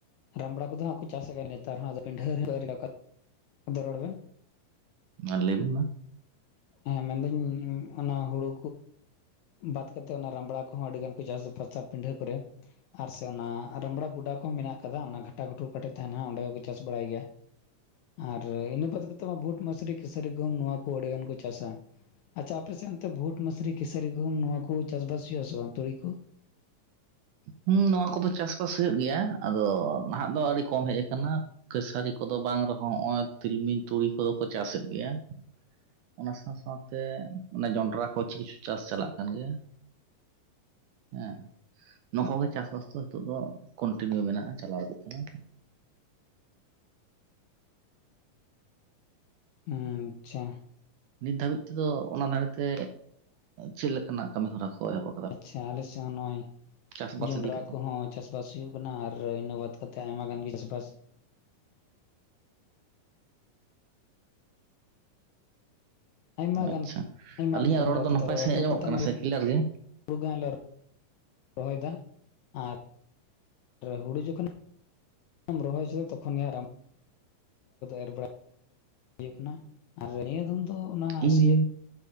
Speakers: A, on the left; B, on the right.
A: ᱨᱟᱢᱲᱟ ᱠᱚᱫᱚ ᱦᱟᱸᱜ ᱠᱚ ᱪᱟᱥ ᱟᱠᱟᱫᱟ ᱱᱮᱛᱟᱨ ᱦᱚᱸ ᱰᱷᱟᱹᱨ ᱨᱚᱲ ᱵᱮᱱ
B: ᱚᱱᱟ ᱞᱟᱹᱭ ᱵᱤᱱ ᱢᱟ
A: ᱦᱮᱸ ᱢᱮᱱᱫᱟᱹᱧ ᱚᱱᱟ ᱦᱩᱲᱩ ᱵᱟᱫ ᱠᱟᱛᱮᱫ ᱚᱱᱟ ᱨᱟᱢᱲᱟ ᱠᱚᱦᱚᱸ ᱟᱹᱰᱤ ᱜᱟᱱ ᱠᱚ ᱪᱟᱥᱵᱟᱥᱟ ᱯᱤᱰᱷᱟᱹ ᱠᱚᱨᱮ ᱟᱨ ᱥᱮ ᱚᱱᱟ ᱨᱟᱢᱵᱽᱲᱟ ᱜᱚᱰᱟ ᱠᱚᱦᱚᱸ ᱢᱮᱱᱟᱜ ᱟᱠᱟᱫᱟ ᱚᱱᱟ ᱜᱷᱟᱴᱟ ᱜᱷᱟᱴᱩ ᱠᱟᱴᱮᱡ ᱛᱟᱦᱮᱱᱟ ᱚᱸᱰᱮ ᱦᱚᱸᱠᱚ ᱪᱟᱥ ᱵᱟᱲᱟᱭ ᱜᱮᱭᱟ ᱟᱨ ᱤᱱᱟᱹ ᱵᱟᱛ ᱠᱟᱛᱮᱫ ᱢᱟ ᱵᱷᱩᱴ ᱢᱟᱥᱨᱤ ᱠᱥᱟᱹᱨᱤ ᱜᱩᱦᱩᱢ ᱱᱚᱣᱟ ᱠᱚ ᱟᱹᱰᱤᱜᱟᱱ ᱠᱚ ᱪᱟᱥᱟ ᱟᱪᱪᱷᱟ ᱟᱯᱮᱥᱮᱫ ᱚᱱᱛᱮ ᱵᱷᱩᱴ ᱢᱟᱥᱨᱤ ᱠᱮᱥᱟᱹᱨᱤ ᱜᱩᱢ ᱱᱚᱣᱟ ᱠᱚ ᱪᱟᱥᱵᱟᱥ ᱦᱩᱭᱩᱜ ᱟ ᱥᱮ ᱵᱟᱝ ᱛᱩᱲᱤ ᱠᱚ
B: ᱦᱩᱸ ᱱᱚᱣᱟ ᱠᱚᱫᱚ ᱪᱟᱥᱵᱟᱥ ᱦᱩᱭᱩᱜ ᱜᱮᱭᱟ ᱟᱫᱚ ᱱᱟᱦᱟᱸᱜ ᱫᱚ ᱟᱹᱰᱤ ᱠᱚᱢ ᱦᱮᱡ ᱟᱠᱟᱱᱟ ᱠᱟᱹᱥᱟᱨᱤ ᱠᱚᱫᱚ ᱵᱟᱝ ᱨᱮᱦᱚᱸ ᱱᱚᱜᱼᱚᱭ ᱛᱤᱞᱢᱤᱧ ᱛᱩᱲᱤ ᱠᱚᱫᱚ ᱠᱚ ᱪᱟᱥᱮᱫ ᱜᱮᱭᱟ ᱚᱱᱟ ᱥᱟᱶ ᱥᱟᱶ ᱛᱮ ᱡᱚᱱᱰᱨᱟ ᱠᱚ ᱪᱤᱥ ᱪᱟᱥ ᱪᱟᱞᱟᱜ ᱠᱟᱱ ᱜᱮᱭᱟ ᱦᱮᱸ ᱱᱚ ᱠᱚᱜᱮ ᱪᱟᱥᱼᱵᱟᱥ ᱫᱚ ᱱᱤᱛᱚᱜ ᱫᱚ ᱠᱚᱱᱴᱤᱱᱤᱭᱩ ᱢᱮᱱᱟᱜᱼᱟ ᱪᱟᱞᱟᱣ ᱤᱫᱤ ᱠᱟᱱᱟ
A: ᱟᱪᱪᱷᱟ
B: ᱱᱤᱛ ᱫᱷᱟᱹᱵᱤᱡ ᱛᱮᱫᱚ ᱚᱱᱟ ᱫᱷᱟᱨᱮ ᱛᱮ ᱪᱮᱫ ᱞᱮᱠᱟᱱᱟᱜ ᱠᱟᱹᱢᱤ ᱦᱚᱨᱟ ᱠᱚ ᱮᱦᱚᱵ ᱟᱠᱟᱱᱟ
A: ᱟᱪᱪᱷᱟ ᱟᱞᱮ ᱥᱮᱫ ᱦᱚᱸ ᱱᱚᱜᱚᱭ
B: ᱪᱟᱥᱵᱟᱥ
A: ᱡᱚᱱᱰᱨᱟ
B: ᱤᱫᱤ ᱠᱟᱛᱮᱜ
A: ᱠᱚᱦᱚᱸ ᱪᱟᱥ ᱪᱟᱥᱵᱟᱥ ᱦᱩᱭᱩᱜ ᱠᱟᱱᱟ ᱟᱨ ᱤᱱᱟᱹ ᱵᱟᱫ ᱠᱟᱛᱮ ᱟᱭᱢᱟ ᱜᱟᱱ ᱜᱮ ᱪᱟᱥᱵᱟᱥ ᱟᱭᱢᱟ ᱜᱟᱱ
B: ᱟᱪᱪᱷᱟ
A: ᱟᱭᱢᱟ
B: ᱟᱹᱞᱤᱧᱟᱜ
A: ᱠᱟᱹᱢᱤᱦᱚᱨᱟ
B: ᱨᱚᱲ ᱫᱚ ᱱᱟᱯᱟᱭ
A: ᱱᱤᱛᱚᱜ
B: ᱥᱟᱺᱦᱤᱡ
A: ᱫᱚ
B: ᱟᱸᱡᱚᱢᱚᱜ
A: ᱢᱮᱛᱟᱜ
B: ᱠᱟᱱᱟ
A: ᱢᱮ
B: ᱥᱮ ᱠᱞᱤᱭᱟᱨ ᱜᱮ
A: ᱦᱩᱲᱩ ᱜᱚᱞᱮ ᱨᱚᱦᱚᱭᱟ ᱟᱨ ᱦᱩᱲᱩ ᱡᱚᱠᱷᱚᱱᱢ ᱨᱚᱦᱚᱭ ᱛᱚᱠᱷᱚᱱ ᱜᱮ ᱟᱨᱟᱢ ᱮᱨ ᱵᱟᱲᱟ ᱦᱩᱭᱩᱜ ᱠᱟᱱᱟ ᱟᱨ ᱱᱤᱭᱟᱹ ᱫᱷᱢ ᱛᱚ ᱚᱱᱟ
B: ᱤᱧ
A: ᱥᱤᱭᱟᱹ